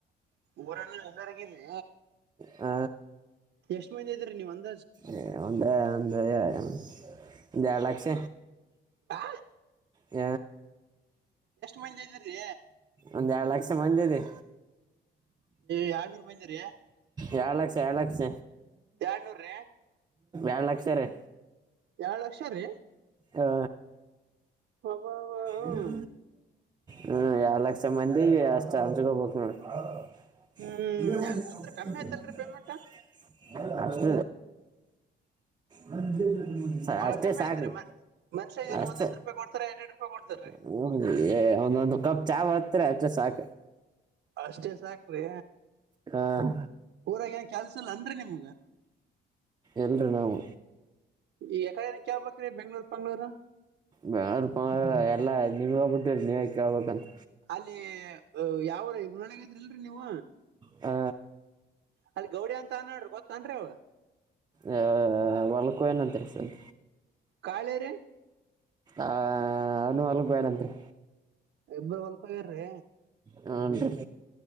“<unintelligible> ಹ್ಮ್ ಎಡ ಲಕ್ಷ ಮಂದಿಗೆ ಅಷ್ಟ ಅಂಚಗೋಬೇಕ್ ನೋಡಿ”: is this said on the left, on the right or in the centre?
Right